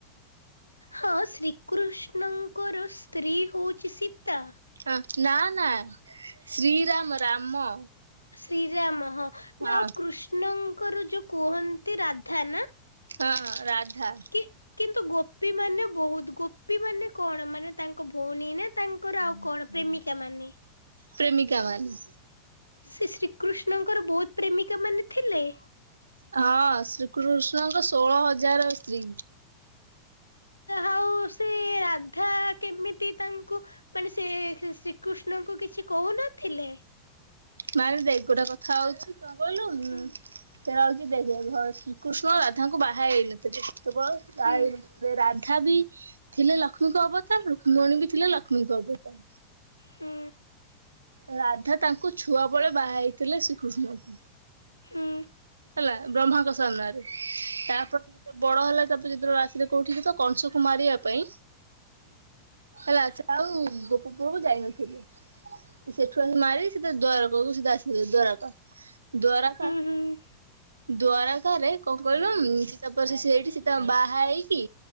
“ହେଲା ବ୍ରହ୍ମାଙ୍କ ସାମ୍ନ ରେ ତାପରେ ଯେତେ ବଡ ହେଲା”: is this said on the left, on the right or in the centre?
Right